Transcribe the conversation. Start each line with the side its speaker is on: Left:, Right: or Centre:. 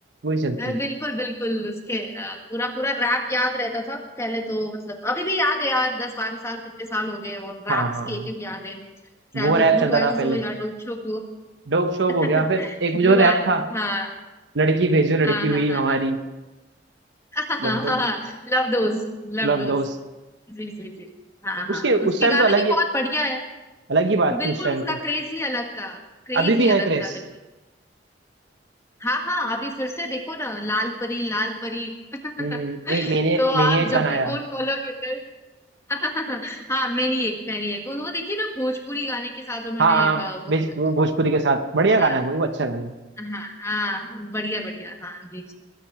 Right: वही चलती
Left: अ,
Right: है
Left: बिल्कुल बिल्कुल उसके अ, पूरा पूरा रैप याद रहता था पहले तो मतलब अभी भी याद है यार दस बारह साल कितने साल हो गए और रैप्स
Right: हाँ हाँ हाँ।
Left: के एक एक याद है चाहे
Right: वो रैप
Left: वो ब्लू
Right: चलता था
Left: आईज
Right: पहले
Left: हो या डोप शो हो
Right: डोप शोप
Left: <laughs>
Right: हो गया फिर
Left: ब्लू
Right: एक जो रैप
Left: आई
Right: था
Left: हाँ
Right: लड़की भेजो लड़की
Left: हाँ
Right: हुई
Left: हाँ
Right: हमारी
Left: हाँ
Right: Love dose
Left: हाँ <laughs> Love dose love
Right: love
Left: dose
Right: dose
Left: जी जी जी हाँ हाँ
Right: उसके
Left: उसके
Right: उस टाइम
Left: गाने
Right: तो अलग
Left: भी
Right: ही
Left: बहुत बढ़िया है
Right: अलग ही बात
Left: बिल्कुल
Right: थी उस टाइम
Left: उसका
Right: तो
Left: क्रेज ही अलग था क्रेज
Right: अभी भी
Left: ही
Right: है
Left: अलग
Right: क्रेज
Left: था बिल्कुल हाँ हाँ अभी फिर से देखो ना लाल परी लाल परी <laughs>
Right: हम्म मैंने
Left: तो
Right: मैंने
Left: आप
Right: एक
Left: जब
Right: गाना
Left: भी
Right: आया
Left: फोन खोलोगे तो <laughs> हाँ मैनी एक मैनी एक वो वो देखिए ना भोजपुरी गाने के साथ उन्होंने
Right: हाँ हाँ
Left: अ, वो
Right: भेज-
Left: करा था
Right: भोजपुरी के साथ बढ़िया गाना
Left: हाँ
Right: है वो वो अच्छा गाना है
Left: हाँ हाँ बढ़िया बढ़िया हाँ जी